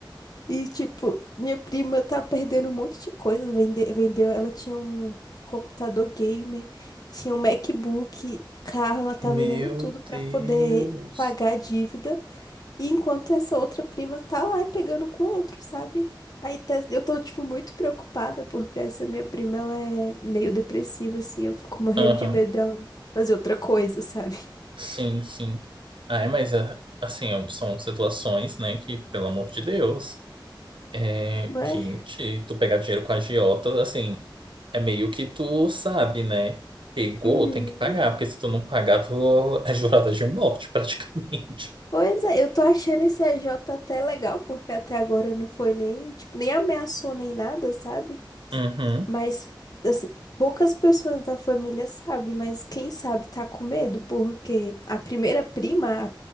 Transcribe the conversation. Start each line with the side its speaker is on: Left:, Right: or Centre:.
Left: E, tipo, minha prima tá perdendo um monte de coisa. Vende, vendeu, ela tinha um computador gamer, tinha um MacBook, carro, ela tá
Right: Meu
Left: vendendo tudo pra
Right: Deus.
Left: poder pagar a dívida. E enquanto essa outra prima tá lá e pegando com outro, sabe? Aí tá- eu tô, tipo, muito preocupada porque essa minha prima, ela é meio depressiva, assim. Eu fico morrendo
Right: Aham,
Left: de medo dela fazer outra coisa, sabe? <laughs>
Right: Sim, sim. Ai, mas é, assim, é um- são situações, né, que, pelo amor de Deus, é,
Left: Mas...
Right: gente, tu pegar dinheiro com agiota, assim, é meio que tu sabe, né? Pegou,
Left: Uhum.
Right: tem que pagar, porque se tu não pagar, tu <laughs> é jurada de morte, praticamente. <laughs>
Left: Pois é, eu tô achando esse AJ até legal, porque até agora não foi nem, tipo, nem ameaçou nem nada, sabe?
Right: Uhum,
Left: Mas, assim, poucas pessoas da família sabem, mas quem sabe tá com medo, porque a primeira prima, a-